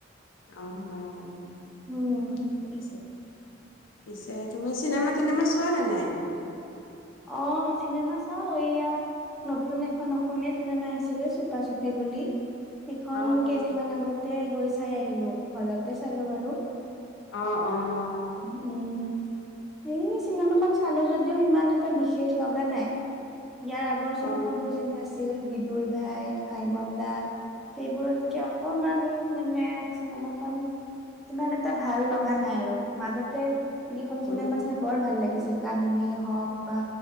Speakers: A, on the left; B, in the centre.
A: অ', অ'।
B: উম
A: পিছে তুমি চিনেমা তিনেমা চোৱা নে নাই?
B: অ', চিনেমা চাও এইয়া। নতুন এখন অসমীয়া চিনেমা আহিছে যে, চুপা চুপি বুলি। সেইখন
A: অ', অ',
B: কেইদিনমান আগতে গৈ চাই আহিলো হলতে চালো বাৰু।
A: অ', অ'।
B: উম, এই চিনেমাখন চালো যদিও ইমান এটা এটা বিশেষ লগা নাই ইয়াৰ আগৰ চিনেমাবোৰ
A: উম,
B: যেনে আছিল। আছিল বিদুৰ ভাই ভাইমন দা সেইবোৰতকে অকমান। মানে চিনেমাখন ইমান এটা ভাল লগা নাই আৰু মাজতে সেই কেইখন
A: উম,
B: চিনেমা চাই
A: উম,
B: বৰ ভাল লাগিছিল কাহিনীয়ে হওক বা